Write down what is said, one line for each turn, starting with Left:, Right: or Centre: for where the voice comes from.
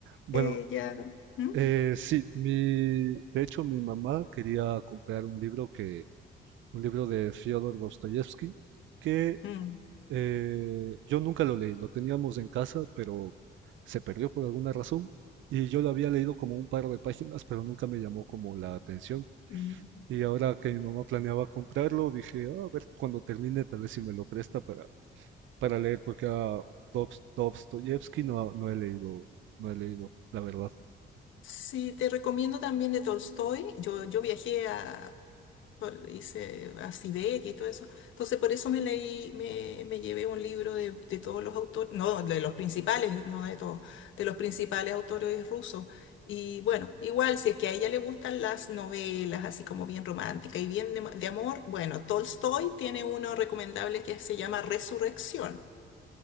Right: Bueno,
Left: Eh, ya. ¿Mm?
Right: eh, sí, mi, de hecho mi mamá quería comprar un libro que, un libro de Fyodor Dostoyevsky que
Left: Mm,
Right: eh, yo nunca lo leí, lo teníamos en casa, pero se perdió por alguna razón y yo lo había leído como un par de páginas, pero nunca me llamó como la atención.
Left: mm.
Right: Y ahora que mi mamá planeaba comprarlo, dije, "Ah, a ver, cuando termine, tal vez si me lo presta para, para leer, porque a Dobs- Dostoyevsky no, no he leído, no he leído, la verdad.
Left: Sí, te recomiendo también de Tolstoy. Yo, yo viajé a, por- hice a Siberia y todo eso. Entonces, por eso me leí, me, me llevé un libro de, de todos los autores, no, de los principales, no de todos, de los principales autores rusos. Y bueno, igual, si es que a ella le gustan las novelas, así como bien romántica y bien de, de amor, bueno, Tolstoy tiene uno recomendable que se llama Resurrección.